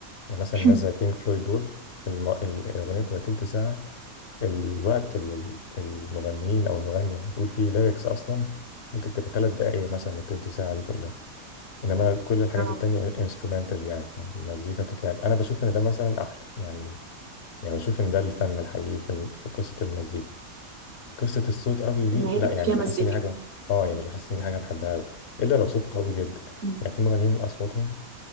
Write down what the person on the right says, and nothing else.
<clears throat>
آه،
إن هي
يبقى
فيها
مزيكا
مم.